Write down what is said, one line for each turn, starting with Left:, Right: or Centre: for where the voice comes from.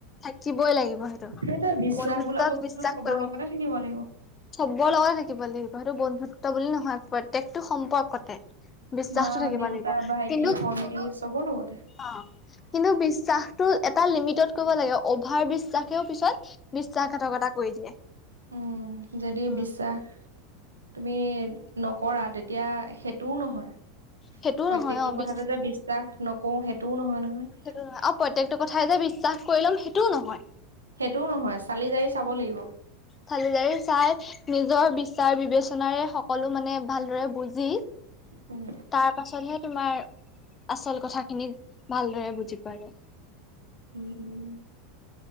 Left: থাকিবই লাগিব
Right: সেইটো বিশ্বাস
Left: বন্ধুত্বত
Right: বোলা বস্তুটো
Left: বিশ্বাস
Right: চবৰ
Left: কৰিব
Right: লগতে থাকিব লাগিব
Left: চবৰ লগতে থাকিব লাগিব সেইটো বন্ধুত্ব বুলি নহয় প্ৰত্য়েকটো সম্পৰ্কতে বিশ্বাসতটো
Right: মা
Left: থাকিব
Right: দেউতা
Left: লাগিব
Right: ভাইটি
Left: কিন্তু
Right: ভন্টি চবৰ লগতে
Left: অ কিন্তু বিশ্বাসতটো এটা লিমিটত কৰিব লাগে অভাৰ ব্ৰিজ তাকেও পিছত বিশশ্বাসঘাতকতা কৰি দিয়ে
Right: উম যদি
Left: উ
Right: বিশ্বাস তুমি নকৰা তেতিয়া সেইটোও নহয়
Left: সেইটোও
Right: প্ৰত্য়েকটো
Left: নহয় অ' বিশ
Right: কথাতে যে বিশ্বাস নকোও সেইটোও নহয় নহয়
Left: সেইটো আৰু প্ৰত্্যেকটো কথাই যে বিশ্বাস কৰি ল'ম সেইটোও নহয়
Right: সেইটোও নহয় চালি জাৰি চাব লাগিব
Left: ফালদাৰী চাই নিজৰ বিচাৰ বিবেচনাৰে সকলো মানে ভালদৰে বুজি
Right: উম
Left: তাৰ পাছতহে তোমাৰ আচল কথা খিনিক ভালদৰে বুজি পায়
Right: উম উম